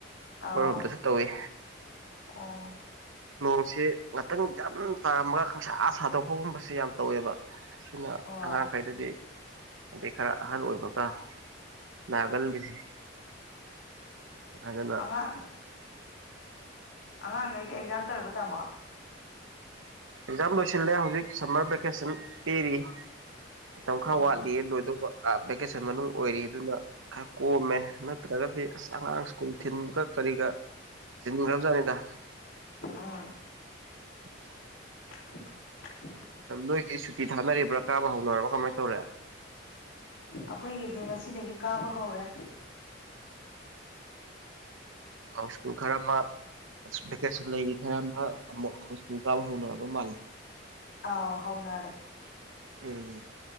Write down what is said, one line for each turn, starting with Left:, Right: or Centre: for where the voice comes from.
Left: ꯑꯥꯎ
Right: ꯍꯗꯁꯨ ꯇꯧꯋꯏ
Left: ꯑꯣ
Right: ꯅꯣꯡꯁꯤ ꯉꯥꯛꯇꯪ ꯌꯥꯝ ꯇꯥꯔꯝꯃꯒ ꯈꯪꯁꯥ ꯁꯥꯗꯣꯛꯄꯒꯨꯝꯕꯁ ꯌꯥꯝ ꯇꯧꯋꯦꯕ ꯑꯗꯨꯈꯅ
Left: ꯍꯣꯏ
Right: ꯑꯉꯥꯡꯈꯩꯗꯗꯤ ꯑꯗꯩ ꯈꯔ ꯑꯍꯜ ꯑꯣꯏꯕꯒ ꯅꯥꯒꯜꯂꯤꯁꯦ ꯑꯅ
Left: ꯑꯉꯥꯡ ꯑꯉꯥꯡꯈꯩꯗꯤ ꯑꯦꯛꯖꯥꯝ ꯇꯧꯔꯨꯕ ꯇꯥꯝꯃꯣ
Right: ꯑꯦꯛꯖꯥꯝ ꯂꯣꯏꯁꯤꯜꯂꯦ ꯍꯧꯖꯤꯛ ꯁꯝꯃꯔ ꯚꯦꯀꯦꯁꯟ ꯄꯤꯔꯤ ꯃꯇꯝ
Left: ꯑꯥ
Right: ꯈꯔ ꯋꯥꯠꯂꯤ ꯂꯣꯏꯗꯧꯕ ꯚꯦꯀꯦꯁꯟ ꯃꯅꯨꯡ ꯑꯣꯏꯔꯤ ꯑꯗꯨꯅ ꯈꯔ ꯀꯣꯝꯃꯦ ꯅꯠꯇ꯭ꯔꯒꯗꯤ ꯑꯁ ꯑꯉꯥꯡ ꯁ꯭ꯀꯨꯜ ꯊꯤꯟꯕꯒ ꯀꯔꯤꯒ ꯁꯤ ꯈꯝꯖꯅꯤꯗ
Left: ꯑꯥ
Right: <inaudible>
Left: <inaudible>
Right: ꯅꯣꯏꯒꯤ ꯁꯨꯇꯤ ꯊꯥꯅꯔꯤꯕ꯭ꯔꯥ ꯀꯥꯕ ꯍꯧꯅꯔꯕꯥ ꯀꯃꯥꯏꯅ ꯇꯧꯔꯦ
Left: ꯑꯩꯈꯣꯏꯒꯤꯗꯤ ꯉꯁꯤꯗꯒꯤ ꯀꯥꯕ ꯍꯧꯔꯦ
Right: ꯑ ꯁ꯭ꯀꯨꯜ ꯈꯔꯞ ꯃꯥ ꯚꯦꯀꯦꯁꯟ ꯂꯩꯔꯤ ꯈꯔ ꯑꯃ ꯑꯃꯨꯛ ꯍꯥꯎ ꯁ꯭ꯨꯜ ꯀꯥꯕ ꯍꯧꯅꯔꯕ ꯃꯥꯜꯂꯤ
Left: ꯑꯥꯎ ꯍꯧꯅꯔꯦ
Right: ꯎꯝ